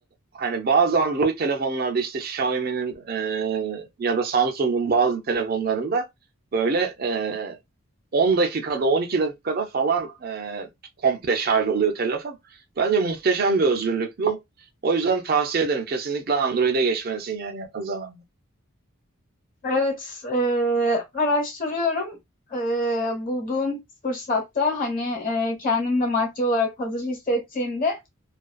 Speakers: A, on the right; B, on the left.
A: hani bazı Android telefonlarda işte Xiaomi'nin e, ya da Samsung'un bazı telefonlarında böyle e, 10 dakikada 12 dakikada falan e, komple şarj oluyor telefon. Bence muhteşem bir özgürlük bu. O yüzden tavsiye ederim. Kesinlikle Android'e geçmelisin yani yakın zamanda.
B: Evet, eee, araştırıyorum. Eee, bulduğum fırsatta hani eee kendim de maddi olarak hazır hissettiğimde